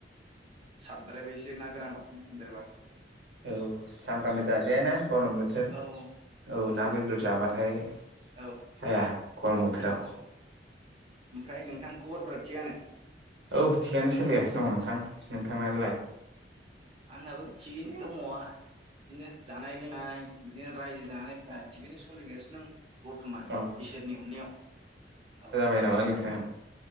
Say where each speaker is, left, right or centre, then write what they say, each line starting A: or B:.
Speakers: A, on the right; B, on the right.
A: साबद्रायबाय एसेो ना गोरां माथो सानदेरबाथ'
B: औ सामफ्रामबो जाजायाना गरम बोथोर
A: औ बहाथो
B: औ ना बेदर जाबाथाय
A: औ
B: जाया गरम बोथोराव
A: औ औ ओमफ्राय नोंथां खबरफोरा थियानो
B: औ थिगनो सोलिगासिनो दङ नोंथां नोंथांलाय
A: आंनाबो थिगयैनो दङआ बिदिनो जानाय लोंनाय बिदिनो रायजो जानायफ्रा थिगैनो सोलिगासिनोों बरथमान
B: अ
A: इसोरनि अननायाव औ
B: जाय नामा नोंथाङा